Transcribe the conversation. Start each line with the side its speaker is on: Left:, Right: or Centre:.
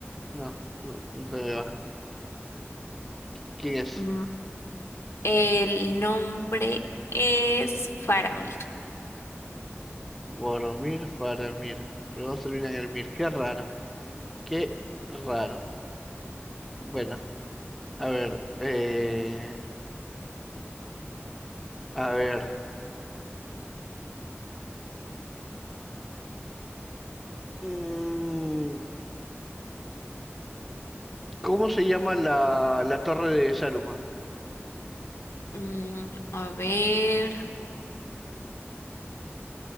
Centre: No, no, no se me va. ¿Quién es?
Left: Mm, El nombre es Faramir.
Centre: Boromir, Faramir. Los dos terminan en el Mir. Qué raro. Qué raro. Bueno, a ver. eh, a ver. Mm, ¿cómo se llama la, la torre de Saruman?
Left: Mm, a ver,